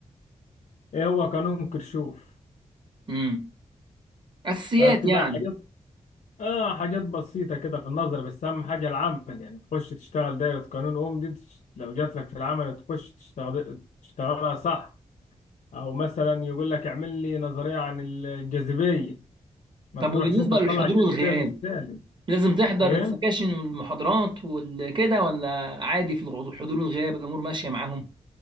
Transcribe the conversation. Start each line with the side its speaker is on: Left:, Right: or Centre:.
Left: ايه هو قانون كرشوف
Right: امم اساسيات
Left: فبتبقى
Right: يعني
Left: حاجات اه حاجات بسيطة كده في النظر بس اهم حاجة العمل يعني تخش تشتغل دايرة قانون اوم دي تش- لو جات لك في العمل تخش تشتغل تشتغلها صح او مثلا يقول لك اعمل لي نظريه عن الجاذبيه ما
Right: طب
Left: تروحش
Right: وبالنسبه
Left: انت تطلع
Right: للحضور
Left: الجاذبيه
Right: والغياب
Left: بالسالب
Right: لازم تحضر
Left: ايه
Right: السكاشن والمحاضرات والكده ولا عادي في الغ- الحضور والغياب الامور ماشيه معاهم